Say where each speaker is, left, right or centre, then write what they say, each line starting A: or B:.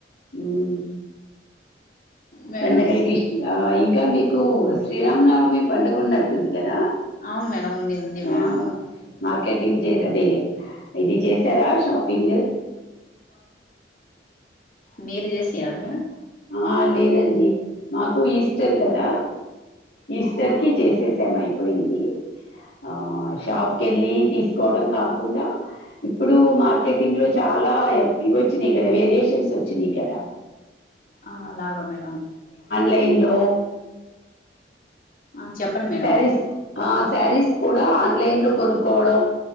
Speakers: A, on the left (about 70°); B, on the left (about 50°).
A: హు మ్
B: మేడం
A: పండగలకి ఇష్ ఇంకా మీకు శ్రీరామనవమి పండుగ ఉన్నట్టుం కదా
B: అవును మేడం ఉంది ఉంది
A: ఆ
B: మేడం
A: మార్కెటింగ్ చే అదే ఇది చేసారా షాపింగ్
B: మీరజేసిరా మేడం
A: ఆ లేదండి మాకు ఈస్టర్ కదా ఈస్టర్
B: ఆ
A: కి చేసేసామైపోయింది ఆ షాప్ కెళ్ళి తీసుకోవడం కాకుండా ఇప్పుడు మార్కెటింగ్ లో చాలా ఇవి వచ్చినాయ్ కదా వేరియేషన్స్ వచ్చినాయ్ కదా
B: ఆ లాగా మేడం
A: లైన్ లో
B: ఆ చెప్పండి మేడం
A: సారీస్ ఆ సారీస్ కూడా ఆన్లైన్ లో కొనుక్కోవడం